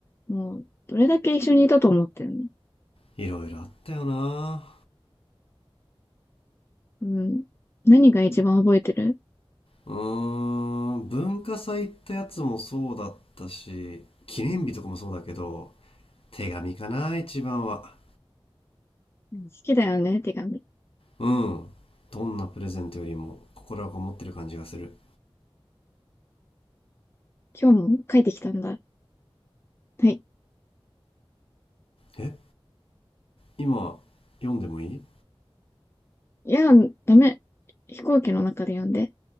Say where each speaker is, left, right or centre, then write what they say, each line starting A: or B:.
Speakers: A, on the left; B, on the left.
A: もう、どれだけ一緒にいたと思ってるの
B: いろいろあったよな
A: うん。何が一番覚えてる、
B: うーん文化祭ってやつもそうだったし記念日とかもそうだけど手紙かな一番は
A: うん、好きだよね、手紙。
B: うんどんなプレゼントよりも心がこもってる感じがする
A: 今日も書いてきたんだ。はい。
B: え今読んでもいい
A: いや、ダメ。飛行機の中で読んで。